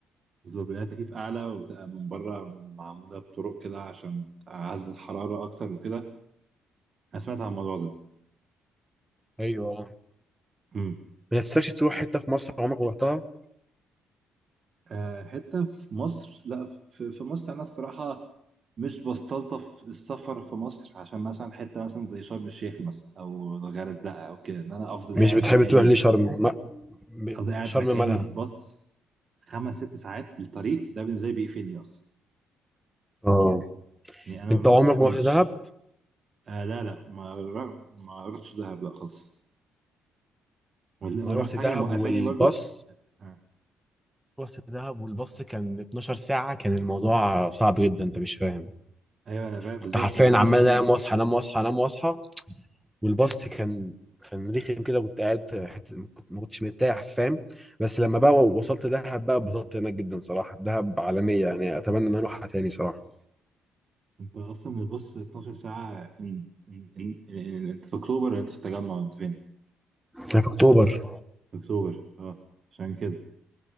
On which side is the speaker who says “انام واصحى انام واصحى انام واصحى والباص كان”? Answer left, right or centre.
Centre